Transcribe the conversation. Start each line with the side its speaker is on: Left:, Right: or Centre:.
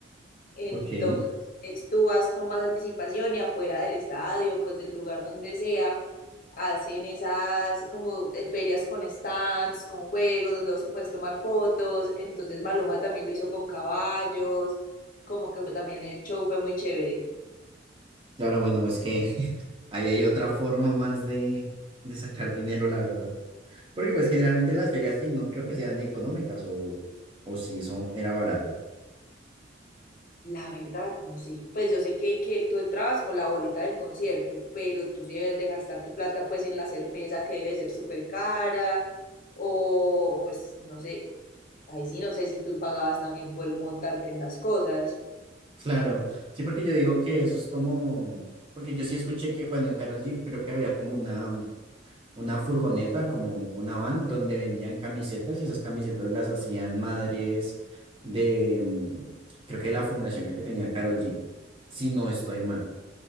Left: Entonces
Right: Ok.
Left: tú vas con más anticipación y afuera del estadio, pues del lugar donde sea, hacen esas como eh, ferias con stands, con juegos donde vos te puedes tomar fotos. Entonces Maluma también lo hizo con caballos, como que también el show fue muy chévere.
Right: Claro, bueno, es que <laughs> ahí hay otra forma más de, de sacar dinero, la verdad. Porque pues generalmente las ferias sí, no creo que sean económicas o, o si eso era barato.
Left: La verdad, no sé. Pues yo sé que, que tú entrabas con la boleta del concierto, pero tú sí debes de gastar tu plata pues en la cerveza que debe ser súper cara, o, o, pues no sé, ahí sí no sé si tú pagabas también por montarte en las cosas.
Right: Claro, sí, porque yo digo que eso es como, porque yo sí escuché que, bueno, en Carol G creo que había como una, mm, una furgoneta, como una van, donde vendían camisetas y esas camisetas las hacían madres de, mm, creo que de la fundación que que tenía Carol G, si no estoy mal.